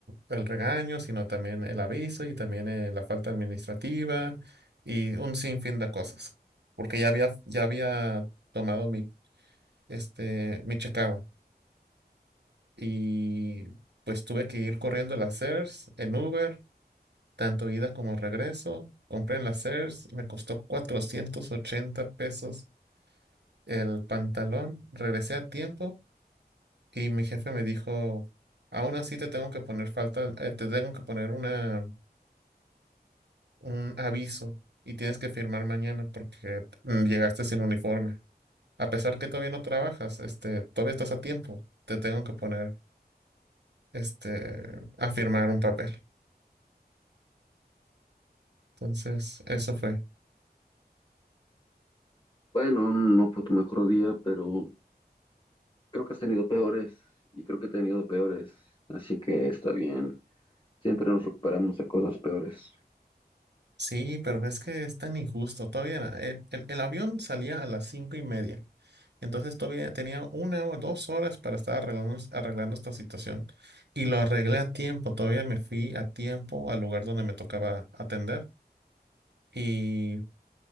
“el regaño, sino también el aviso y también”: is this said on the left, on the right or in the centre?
Right